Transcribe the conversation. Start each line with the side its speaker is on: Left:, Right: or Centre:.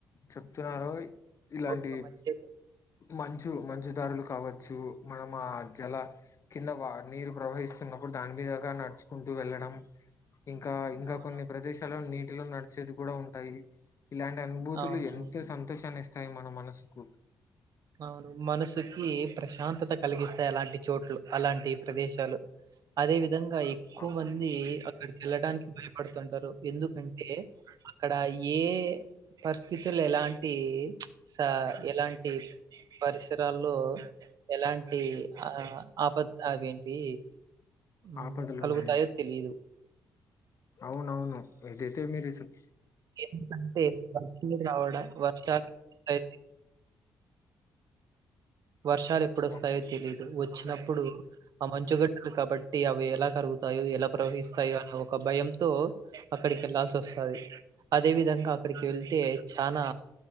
Left: చెప్తున్నారో ఇలాంటివి
Right: ఒక్క మధ్య
Left: మంచు మంచు దారులు కావచ్చు మనం ఆ జల కింద వా నీరు ప్రవహిస్తున్నప్పుడు దాని మీదగా నడుచుకుంటూ వెళ్ళడం ఇంకా ఇంకా
Right: అవునవును
Left: కొన్ని ప్రదేశాలు నీటిలో నడిచేది కూడా ఉంటాయి ఇలాంటి అనుభూతులు
Right: అవునవును
Left: ఎంతో సంతోషాన్ని ఇస్తాయి మన మనసుకు
Right: అవును మనసుకి ప్రశాంతత కలిగిస్తాయి అలాంటి చోట్లు అలాంటి ప్రదేశాలు అదే విధంగా ఎక్కువ
Left: ఆ
Right: మంది అక్కడికి వెళ్ళడానికి భయపడుతుంటారు ఎందుకంటే అక్కడ ఈ ఏ పరిస్థితులు ఎలాంటి స ఎలాంటి పరిసరాల్లో ఎలాంటి ఆ ఆపద్ అవేంటి ఉమ్
Left: ఆపదలు
Right: కలుగుతాయో
Left: ఉన్నాయండి
Right: తెలిదు.
Left: అవునవును ఇదైతేమీ రీజన్
Right: ఎందుకంటే <unintelligible> రావడా వర్షాలు అయ్ వర్షాలు ఎప్పుడొస్తాయో
Left: ఆ
Right: తెలీదు వచ్చినప్పుడు ఆ మంచుగడ్డలు కాబట్టి అవి ఎలా కరుగుతాయో, ఎలా ప్రవహిస్తాయో అనే ఒక భయంతో అక్కడికి వెళ్లాల్సి వస్తది అదే విధంగా అక్కడికి వెళ్తే చానా